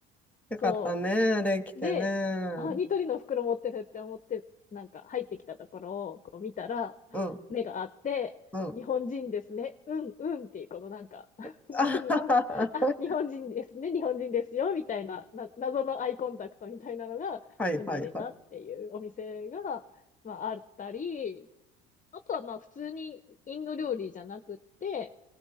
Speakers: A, in the centre; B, on the left.
A: よかったね、
B: そ
A: できてね。
B: う。で、
A: うん、
B: あ、ニトリの袋持ってるって思って、なんか入ってきたところをこう見たら、
A: うん、
B: 目があって、
A: うん。
B: 日本人ですね。うん、うんっていう、このなんか <laughs>
A: <laughs>
B: うんうんうん
A: あははは
B: <laughs> あ、日本人ですね。日本人ですよ。みたいな、な、謎のアイコンタクトみたいなのが生まれたっていうお店が、
A: はいはいは
B: まあ、あったり、あとはまあ、普通にインド料理じゃなくって、